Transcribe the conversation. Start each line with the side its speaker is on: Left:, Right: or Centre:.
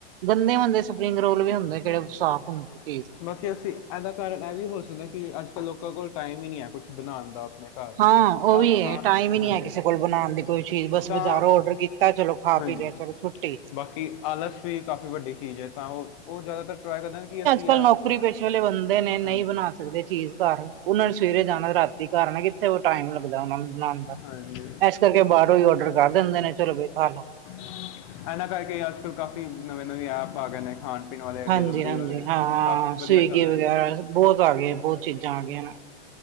Right: ਗੰਦੇ ਮੰਦੇ ਸਪਰਿੰਗ ਰੋਲ ਵੀ ਹੁੰਦੇ ਕਿਹੜੇ ਸਾਫ਼ ਹੁੰਦੇ। ਚੀਜ਼
Left: ਬਾਕੀ ਅਸੀ ਇਹਦਾ ਕਾਰਨ ਇਹ ਵੀ ਹੋ ਸਕਦਾ ਕਿ ਅੱਜ-ਕੱਲ ਲੋਕਾਂ ਕੋਲ ਟਾਈਮ ਹੀ ਨਹੀਂ ਹੈ ਕੁੱਛ ਬਣਾਉਣ ਦਾ। ਆਪਣੇ ਘਰ
Right: ਹਾਂ, ਉਹ
Left: ਤਾਂ
Right: ਵੀ ਹੈ
Left: ਹਾਂ
Right: ਟਾਈਮ ਹੀ ਨੀ
Left: ਹਾਂਜੀ
Right: ਹੈ ਕਿਸੇ ਕੋਲ ਬਣਾਉਣ ਦੀ ਕੋਈ ਚੀਜ਼, ਬਸ
Left: ਤਾਂ
Right: ਬਜਾਰੋ ਓਰਦਰ ਕੀਤਾ ਚਲੋ ਖਾ
Left: ਹਾਂਜੀ,
Right: ਪੀ ਲਿਆ ਚਲੋ ਛੁੱਟੀ
Left: ਬਾਕੀ ਆਲਸ ਵੀ ਕਾਫ਼ੀ ਵੱਡੀ ਚੀਜ਼ ਐ ਤਾਂ ਉਹ ਉਹ ਜ਼ਿਆਦਾਤਰ ਟਰਾਈ ਕਰਦੇ ਐ ਕਿ ਅਸੀਂ
Right: ਪਰ
Left: ਐਵੇਂ
Right: ਨੌਕਰੀ
Left: ਹਾਂ
Right: ਪੇਸ਼ੇ ਵਾਲੇ ਬੰਦੇ ਨੇ ਨਹੀ
Left: ਹਾਂਜੀ
Right: ਬਣਾ ਸਕਦੇ ਚੀਜ਼ ਘਰ ਉਹਨਾ ਨੇ ਸਵੇਰੇ ਜਾਣਾ ਰਾਤੀ ਘਰ ਆਣਾ ਕਿੱਥੇ? ਟਾਈਮ ਲਗਦਾ ਉਹਨਾ ਨੂੰ ਬਣਾਉਣ ਦਾ
Left: ਹਾਂਜੀ
Right: ਇਸ ਕਰਕੇ ਬਾਹਰੋ ਹੀ ਔਡਰ ਕਰ ਦਿੰਦੇ ਨੇ ਚਲੋ ਬਈ ਖਾਲੋ।
Left: ਇਹਨਾ ਕਰਕੇ ਅੱਜ-ਕੱਲ ਕਾਫ਼ੀ ਨਵੇਂ-ਨਵੇਂ ਐਪ ਆ ਗਏ ਨੇ, ਖਾਣ- ਪੀਣ ਵਾਲੇ
Right: ਹਾਂਜੀ
Left: ਡਿਲਵਰੀ
Right: ਹਾਂਜੀ
Left: ਵਾਲੇ।
Right: ਹਾਂ
Left: ਕਾਫ਼ੀ
Right: ਸਵੀਗੀ
Left: ਵਧੀਆ ਚੱਲ ਰਹੇ
Right: ਵਗੈਰਾ
Left: ਨੇ ਉਹ
Right: ਬਹੁਤ ਆ ਗਏ ਬਹੁਤ ਚੀਜ਼ਾ ਆ ਗਈਆ ਨ